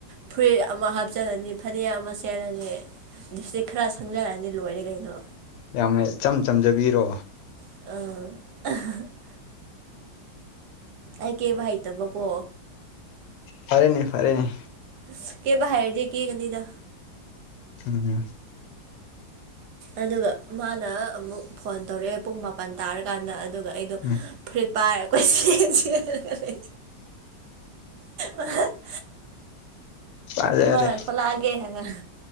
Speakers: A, on the right (about 70°); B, on the left (about 80°).
A: ꯐꯨꯔꯤꯠ ꯑꯃ ꯍꯥꯞꯆꯜꯂꯅꯤ ꯐꯅꯦꯛ ꯑꯃ ꯁꯦꯠꯂꯅꯤ ꯂꯤꯞ꯭ꯁꯇꯤꯛ ꯈꯔ ꯁꯪꯖꯜꯂꯅꯤ ꯂꯣꯏꯔꯦ ꯀꯩꯅꯣ
B: ꯌꯥꯝꯅ ꯏꯆꯝ ꯆꯝꯖꯕꯤꯔꯣ
A: ꯑꯧ ꯑꯩ ꯀꯦꯕ ꯍꯩꯇꯕꯀꯣ
B: ꯐꯔꯦꯅꯦ ꯐꯔꯦꯅꯦ
A: ꯑꯁ ꯀꯦꯕ ꯍꯩꯔꯗꯤ ꯀꯦꯒꯅꯤꯗ
B: ꯎꯝ
A: ꯑꯗꯨꯒ ꯃꯥꯅ ꯑꯃꯨꯛ ꯐꯣꯟ ꯇꯧꯔꯛꯑꯦ ꯄꯨꯡ ꯃꯥ ꯃꯥꯄꯜ ꯇꯥꯔꯀꯥꯟꯗ ꯑꯗꯨꯒ ꯑꯩꯗꯣ
B: ꯎꯝ
A: ꯐꯨꯔꯤꯠ ꯄꯥꯏꯔ ꯀꯣꯢꯆꯦꯜ ꯆꯦꯜꯂꯒꯂꯩ <unintelligible>
B: ꯐꯖꯔꯦ
A: ꯃꯥꯅ ꯊꯣꯛꯂꯑꯒꯦ ꯍꯥꯏꯕ